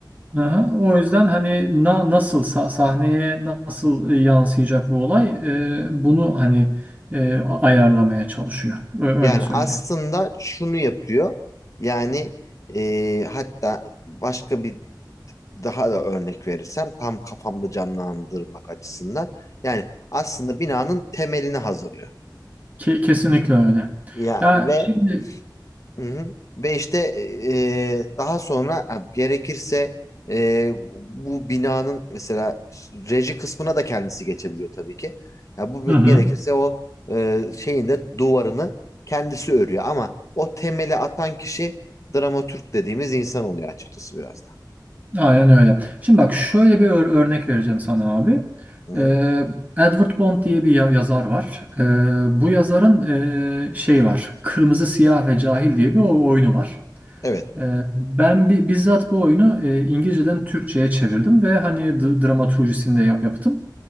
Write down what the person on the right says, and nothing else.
Aha, o yüzden hani na- nasıl sa- sahneye nasıl e, yansıyacak bu olay e, bunu hani e, a- ayarlamaya çalışıyor. Ö-
öyle söyleyeyim.
Ke- kesinlikle öyle.
Ya
şimdi
hı hı,
aynen öyle. Şimdi bak şöyle bir ör- örnek vereceğim sana abi.
Ee, Edward Bond diye bir ya- yazar var. Ee, bu yazarın ee, şey var. Kırmızı, Siyah ve Cahil diye bir o- oyunu var.
Ee, Ben bi- bizzat bu oyunu e, İngilizceden Türkçe'ye çevirdim ve hani d- dramaturjisini de yap yaptım.